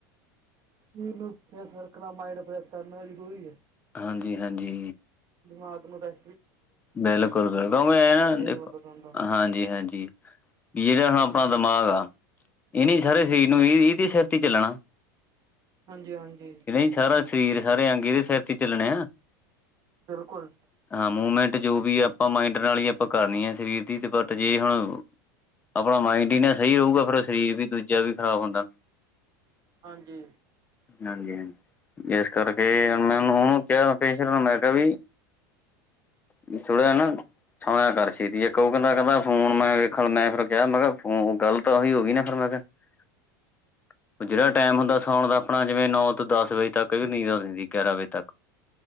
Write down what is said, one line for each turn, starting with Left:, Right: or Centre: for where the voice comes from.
Right: ਸਰੀਰ ਨੂੰ ਫਰੈਸ਼ ਰੱਖਣਾ, ਮਾਇੰਡ ਫਰੈਸ਼ ਕਰਨਾ ਜ਼ਰੂਰੀ ਹੈ।
Left: ਹਾਜੀ- ਹਾਜੀ।
Right: ਦਿਮਾਗ ਨੂੰ ਰੈ-
Left: ਬਿਲਕੁਲ ਬਿਲਕੁ ਮ ਨਾ
Right: ਫੇਰ
Left: ਦੇਖੋ,
Right: ਨੀ ਬੰਦਾ ਸੌਂਦਾ।
Left: ਹਾਂਜੀ-ਹਾਂਜੀ। ਯੇ ਹੈ ਆਪਾਂ
Right: ਹੂੰ
Left: ਦਿਮਾਗ ਆ। ਇਹ ਨੀ ਸਾਰੇ ਸ਼ਰੀਰ ਨੂੰ ਇਹ ਇਹਦੇ ਸਿਰ ਤੇ ਚੱਲਣਾ।
Right: ਹਾਂਜੀ- ਹਾਂਜੀ।
Left: ਨਹੀਂ ਸਾਰਾ ਸਰੀਰ, ਸਾਰੇ ਅੰਗੇ ਇਹਦੇ ਸਿਰ ਤੇ ਚੱਲਣੇ ਆ।
Right: ਬਿਲਕੁਲ।
Left: ਹਾਂ ਮੂਵਮੈਂਟ ਜੋ ਵੀ ਆਪਾਂ ਮਾਇੰਡ ਨਾਲ ਹੀ ਆਪਾਂ ਕਰਨੀ ਆ ਸਰੀਰ ਦੀ, ਤੇ ਬਟ ਜੇ ਹੁਣ ਆਪਣਾ ਮਾਇੰਡ ਹੀ ਨਾ ਸਹੀ ਹੋਗਾ ਫੈਰ ਸਰੀਰ ਵੀ ਦੂਜ ਚਾ ਵੀ ਖ਼ਰਾਬ ਹੁੰਦਾ,
Right: ਹਾਂਜੀ।
Left: ਹਾਂਜੀ- ਹਾਂਜੀ। ਜਿਸ ਕਰਕੇ
Right: ਬਿਲਕੁਲ।
Left: ਮੈਨੂੰ ਉਹਨੂੰ ਕਿਹਾ ਪੇਸ਼ਰ ਮੈਂ ਕਿਹਾ ਵੀ ਵੀ ਸੋੜੇ ਆ ਨਾ ਛਾਂ ਕਰ ਛੇਤੀ ਇੱਕ ਉਹ ਬੰਦਾ ਕਹਿੰਦਾ ਫੋਨ ਮੈਂ ਵੇਖਣ ਮੈਂ ਫੇਰ ਕਿਹਾ ਮੈਂ ਕਿਹਾ ਫੋਨ ਗ਼ੱਲ ਤਾਂ ਉਹੀ ਹੋ ਗਈ ਨਾ ਫੇਰ ਮੈਂ ਕਿਹਾ। <inaudible> ਉਹ ਜਿਹੜਾ ਟਾਈਮ ਹੁੰਦਾ ਸੌਉਣ ਦਾ ਆਪਣਾ ਜਿਵੇਂ ਨੌ ਤੋਂ ਦਸ ਵਜੇ ਤੱਕ ਵੀ ਨੀਂਦ ਆਂਦੀ ਗਿਆਰਾਂ ਵਜੇ ਤੱਕ।